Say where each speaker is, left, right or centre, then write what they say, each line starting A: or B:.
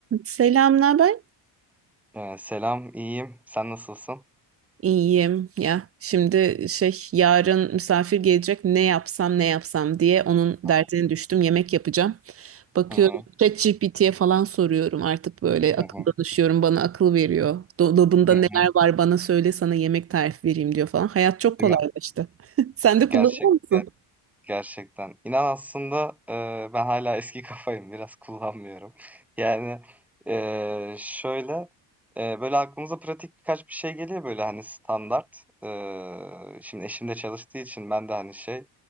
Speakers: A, on the right; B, in the centre.
A: Selam, ne haber?
B: Eee, selam, iyiyim. Sen nasılsın?
A: İyiyim ya. Şimdi şey yarın misafir gelecek ne yapsam ne yapsam diye onun derdine
B: Hı
A: düştüm. Yemek yapacağım. Bakıyorum
B: hı,
A: ChatGPT'ye falan soruyorum artık böyle akıl
B: hı hı,
A: danışıyorum bana akıl veriyor. Dolabında
B: hı
A: neler
B: hı.
A: var bana söyle sana yemek tarifi vereyim diyor falan. Hayat çok kolaylaştı.
B: Değil mi?
A: <laughs> Sen de kullanıyor
B: Gerçek
A: musun?
B: Gerçekten. İnan aslında eee, ben hala eski kafayım. Biraz kullanmıyorum. <laughs> Yani eee, şöyle eee, böyle aklımıza pratik birkaç bir şey geliyor böyle hani standart. Eee, şimdi eşim de çalıştığı için ben de hani şey